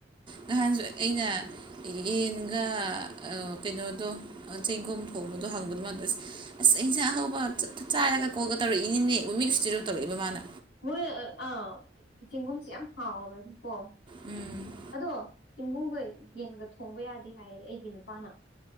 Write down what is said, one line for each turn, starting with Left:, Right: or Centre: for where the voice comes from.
Right: ꯅꯍꯥꯟꯁꯨ ꯑꯩꯅ ꯌꯦꯟꯒ ꯑꯥ ꯀꯩꯅꯣꯗꯣ ꯆꯦꯡꯒꯨꯝ ꯊꯣꯡꯕꯗꯣ ꯍꯪꯕꯗꯨ ꯃꯗꯨ ꯑꯁ ꯑꯁ ꯏꯟꯁꯥꯡ ꯑꯍꯧꯕ ꯆꯥꯔꯒ ꯀꯜꯒꯥ ꯇꯧꯔꯛꯏ ꯏꯅꯤꯅꯦ ꯃꯤ ꯏꯁꯇꯤꯗꯣ ꯇꯧꯔꯛꯏꯕ ꯃꯥꯅ
Left: ꯃꯣꯏ ꯑꯥ ꯆꯦꯡꯒꯨꯝꯁꯦ ꯌꯥꯝ ꯍꯥꯎꯕꯅꯤꯀꯣ
Right: ꯎꯝ
Left: ꯑꯗꯣ ꯆꯦꯡꯒꯨꯝꯒ ꯌꯦꯟꯒ ꯊꯣꯡꯕ ꯌꯥꯗꯦ ꯍꯥꯏꯌꯦ ꯑꯩꯒꯤ ꯅꯨꯄꯥꯅ